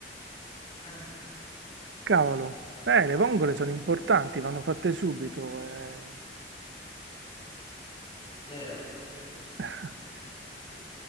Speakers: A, on the left (about 25°); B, on the right (about 75°).
A: Eh,
B: Cavolo, eh, le vongole sono importanti, vanno fatte subito. eh.
A: vero?
B: <laughs>
A: Mm.